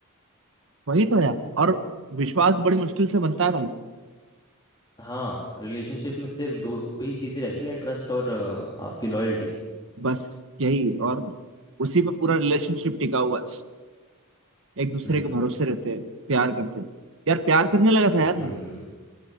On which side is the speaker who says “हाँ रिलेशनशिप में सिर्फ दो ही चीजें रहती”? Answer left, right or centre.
Left